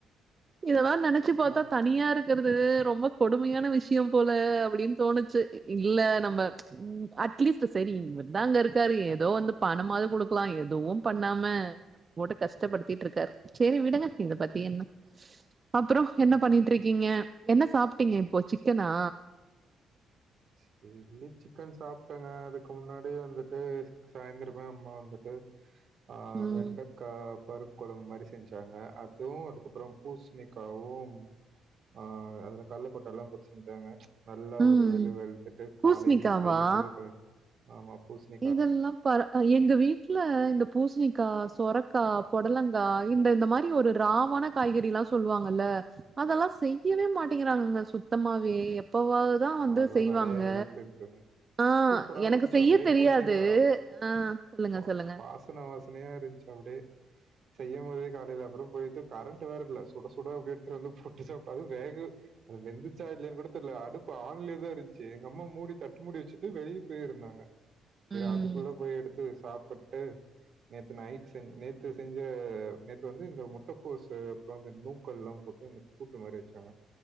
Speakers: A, on the right (about 35°); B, on the right (about 60°).
A: இதெல்லா நெனச் ச்சு பாத்தா
B: ஆ,
A: தனியா இருக்கிறது ரொம்ப கொடுமையான விஷய போல அப்டின்னு தோணுச் சு இல்ல நம்ம ம் அட்லீஸ்ட் சரி இவர் தா அங்க இருக்காரு ஏதோ வந்து பணமாவது குடுக்லா எதுவு பண்ணாம போட்டு கஷ்டப்படுத்திட்டு இருக்காரு சரி விடுங்க இத பத்தீ என்ன அப்றோ என்ன
B: ஆ,
A: பண்ணிட்டு இருக்கீங்க என்ன சாப்ட்டீங்க இப்போ சிக்கனா
B: சில்லி சிக்கன் சாப்ட்டங்க அதுக்கு முன்னாடி வந்துட்டு சாயந்திரமே அம்மா வந்துட்டு ஆ
A: ம்
B: வெண்டக் க்கா பருப்பு கொழம்பு மாரி செஞ்சாங்க அதுவு அதுக்கப்புறோ பூசணிக்காவும் ஆ அதுல கள்ளகொட்டலா போட்டு செஞ்சாங்க நல்லா
A: ம்
B: ஒரு வெளுவெளுத்துட்டு
A: பூஸ்ணிக்காவா
B: காலைலயே செய்யுமோதே கொடு ஆமா பூசணிக்
A: இதெல்லா பர எங்க வீட் ட்ல இந்த பூசணிக்கா சொரக்கா பொடலங்கா இந்த இந்த மாரி ஒரு ராவாண காய்கறிலா சொல்லுவாங்கல்ல அதெல்லா செய்யவே மாட்டேங்கிறாங்கங்க சுத்தமாவே எப்பவாவ் தா வந்து
B: அதெல்லாம்
A: செய்வாங்க
B: நிறைய ஹெல்த் இருக்குங்க
A: ஆ
B: சூப்பரா
A: எனக்கு
B: இருந்துச்சு
A: செய்யத்
B: அப்டியே பூசணிக்கா
A: தெரியாது ஆ சொல்லுங்க
B: வா
A: சொல்லுங்க
B: வாசன வாசனையா இருந்ச்சு அப்டே செய்யும் போதே காலையில அப்புறோ போயிட்டு கரண்ட் வேற இல்ல சுட சுட அப்டே எடுத்து வந்து போட்டு சாப்ட்டு அது வேகு அது வெந்துச்சா இல்லலையான்னு கூட தெரில அடுப் பு ஆன்லயேதா இருந்ச்சு எங்க அம்மா மூடி தட்டு மூடி வச்சுட்டு வெளிய போய் இருந்தாங்க சரி
A: ம்.
B: அதுக்குள்ள போய் எடுத்து சாப்புட்டு நேத்து நைட்டு செஞ் நேத்து செஞ்ச நேத்து வந்து இந்த முட்டகோசு அப்புற இந்த நூக்கல்லா போட்டு இந்த கூட்டு மாரி வச்சாங்க